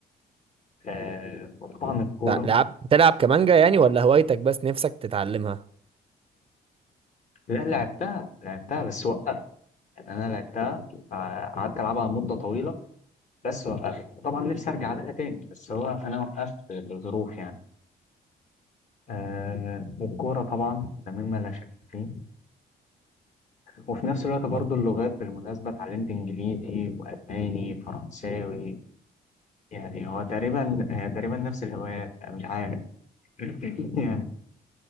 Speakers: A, on the left; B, on the right.
A: آه، وطبعا الكورة
B: تع- لعب بتلعب كمانجا يعني ولا هوايتك بس نفسك تتعلمها
A: لا لعبتها لعبتها بس وقفت يعني أنا لعبتها آه، قعدت ألعبها مدة طويلة بس وقفت طبعا نفسي أرجع لها تاني بس هو أنا وقفت لظروف يعني آه والكورة طبعا ده مما لا شك فيه وفي نفس الوقت برضو
B: حلو
A: اللغات بالمناسبة اتعلمت إنجليزي وألماني فرنساوي يعني هو تقريبا آه، تقريبا نفس الهوايات آه، مش عارف <laughs> يعني